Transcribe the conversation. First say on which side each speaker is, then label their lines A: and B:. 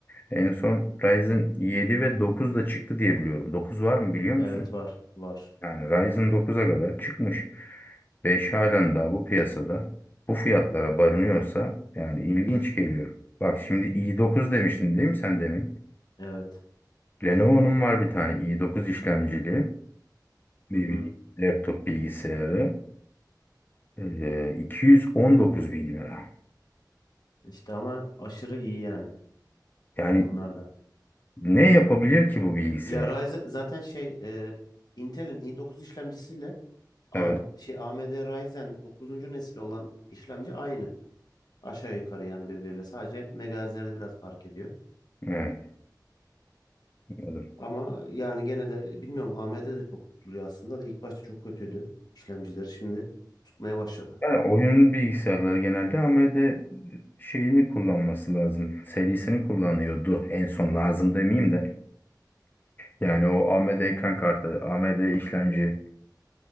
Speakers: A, on the left (about 25°); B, on the left (about 60°).
A: en son Ryzen 7 ve 9 da çıktı diye biliyorum. 9 var mı biliyor musun?
B: Evet var. Var.
A: Yani Ryzen 9'a kadar çıkmış. 5 halen daha bu piyasada bu fiyatlara barınıyorsa yani ilginç geliyor. Bak şimdi i9 demiştin değil mi sen demin?
B: Evet.
A: Lenovo'nun var bir tane i9 işlemcili bir
B: Hı hı.
A: laptop bilgisayarı e, iki yüz on dokuz bin lira.
B: İşte ama aşırı iyi yani
A: Yani
B: onlar da.
A: ne yapabilir ki bu bilgisayar?
B: Ya Ryzen zaten şey e, Intel'in i9 işlemcisiyle AM,
A: Evet,
B: şey AMD Ryzen dokuzuncu nesil olan işlemci aynı. Aşağı yukarı yani birbiriyle sadece megahertzleri biraz fark ediyor.
A: evet anladım.
B: Ama yani gene de bilmiyorum AMD de çok tutuluyor aslında da ilk başta çok kötüydü işlemcileri şimdi tutmaya başladı.
A: Yani oyun bilgisayarları genelde AMD şeyini kullanması lazım. Serisini kullanıyordu en son lazım demeyeyim de. Yani o AMD ekran kartı, AMD işlemci